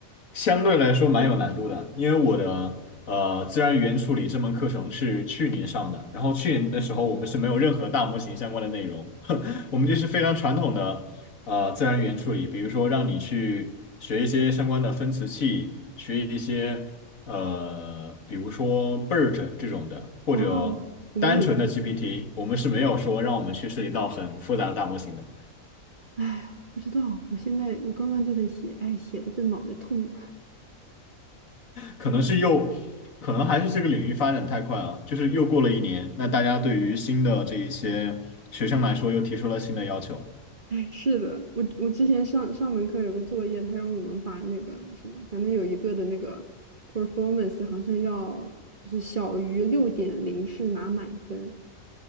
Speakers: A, on the left; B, on the right.
A: 相对来说蛮有难度的，因为我的呃自然语言处理这门课程是去年上的，然后去年的时候我们是没有任何大模型相关的内容，<laughs> 我们就是非常传统的呃自然语言处理，比如说让你去学一些相关的分词器，学一些呃比如说 BERT 这种的，或者单纯的
B: 哦，我们也，
A: GPT，我们是没有说让我们去涉及到很复杂的大模型的。
B: 哎呀，不知道，我现在我刚刚就在写，哎，写的这脑袋痛。
A: 可能是又，可能还是这个领域发展太快了，就是又过了一年，那大家对于新的这一些学生来说又提出了新的要求。
B: 哎，是的，我我之前上上门课有个作业，他让我们把那个什么，反正有一个的那个 performance 好像要就是小于六点零是拿满分。